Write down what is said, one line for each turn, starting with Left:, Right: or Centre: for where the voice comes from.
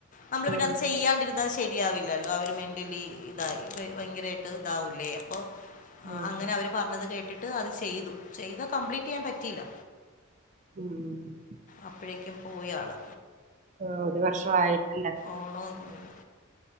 Left: നമ്മള് പിന്നെ
Right: ഉം
Left: അത് ചെയ്യാണ്ടി ന്ന ശരിയാവില്ലല്ലോ അവര് മെന്റലി ഇതായി ഭയങ്കരമായിട്ട് ഇതാവുല്ലേ അപ്പോ ആ
Right: ഉം
Left: അങ്ങനെ അവര് പറഞ്ഞത് കേട്ടിട്ട് അത് ചെയ്തു ചെയ്ത കംപ്ലീറ്റ് ചെയ്യാൻ പറ്റിയില്ല
Right: ഉം
Left: അപ്പഴേക്കും പോയാള്
Right: ആ ഒരു വർഷം ആയിട്ടില്ലേ?
Left: ഓണോന്നുല്ലാ